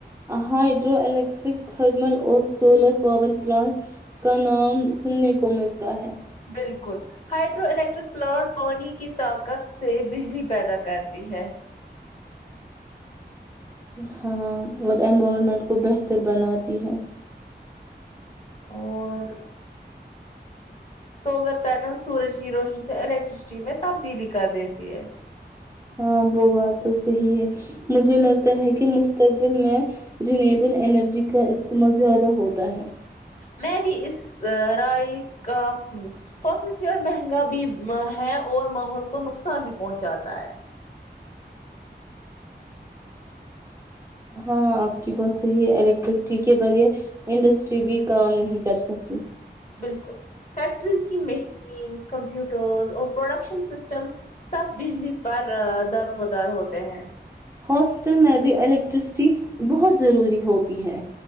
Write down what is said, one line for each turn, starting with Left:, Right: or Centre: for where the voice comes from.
Right: ہائڈرو الیکٹرک تھرمل اور سولر پاور پلانٹ کا نام سننے کو ملتا ہے
Left: بالکل ہائڈرو الیکٹرک پلانٹ پانی کی طاقت سے بجلی پیدا کرتی ہے
Right: ہاں اور انوائرمنٹ کو بہتر بناتی ہے
Left: اور سولر پینل سورج کی روشنی سے الیکٹرسٹی میں تبدیلی کر دیتی ہے
Right: ہاں وہ بات تو صحی ہے مجھے لگتا ہے کہ مستقبل میں رینیبل انرجی کا استعمال زیادہ ہوتا ہے
Left: میں بھی اس رائے کا ہوں فصل فیر مہنگا بھی ہے اور ماحول کو نقصان بھی پہنچاتا تا ہے
Right: ہاں آپ کی بہت صحیح ہے الیکٹرسٹی کے بغیر انڈسٹری بھی کام نہیں کر سکتی
Left: بالکل فیکٹریز کی مشینز کمپیوٹرز اور پروڈکشن سسٹم سب بجلی پر درمدار ہوتے ہیں
Right: ہاسپٹل میں بھی الیکٹرسٹی بہت ضروری ہوتی ہے